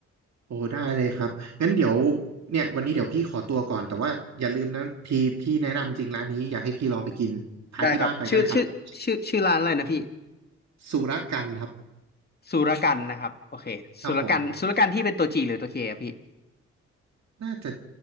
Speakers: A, on the right; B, on the left.
A: โอ้ได้เลยครับงั้นเดี๋ยวเนี่ยวันนี้เดี๋ยวพี่ขอตัวก่อนแต่ว่าอย่าลืมนะพี่พี่แนะนำจริงร้านนี้อยากให้พี่ลองไปกินพาที่บ้านไปก็ได้ครับ
B: ได้ครับชื่อชื่อชื่อชื่อร้านอะไรนะพี่
A: สุรกันครับ
B: สุรกันนะครับโอเคสุรกันสุรกันที่เป็นตัวจีหรือตัวเคอะพี่
A: ครับผมน่าจะ